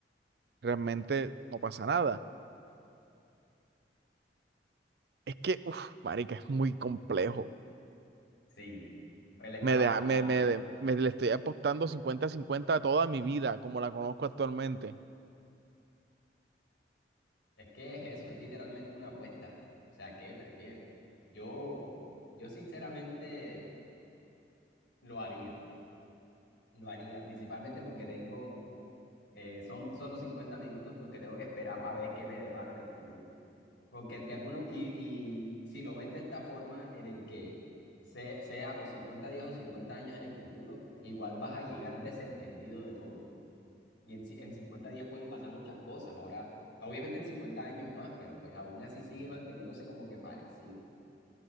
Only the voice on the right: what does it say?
realmente no pasa nada. Es que, uff, marica, es muy complejo.
Me,
deja- me, me, de- me le estoy apostando 50 cincuenta a toda mi vida, como la conozco actualmente,